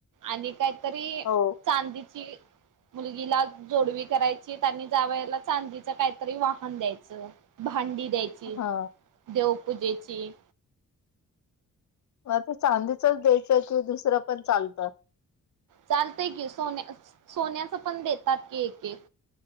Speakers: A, on the right; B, on the left.
A: आणि काहीतरी
B: हो
A: चांदीची मुलगीला जोडवी करायची त्यांनी जावयाला चांदीच काहीतरी वाहन द्यायचं. भांडी द्यायची
B: हा
A: देवपूजेची.
B: मग ते चांदीचच द्यायचं कि दुसरं पण चालतं.
A: चालतय की सोन्या सोन्याचं पण देतात की एक एक.